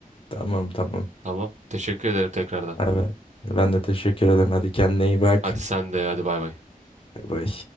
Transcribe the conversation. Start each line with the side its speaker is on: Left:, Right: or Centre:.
Left: tamam, tamam.
Right: Tamam. Teşekkür ederim tekrardan.
Left: Evet. Ben de teşekkür ederim. Hadi kendine iyi bak.
Right: Hadi sen de hadi bay bay.
Left: Bay bay.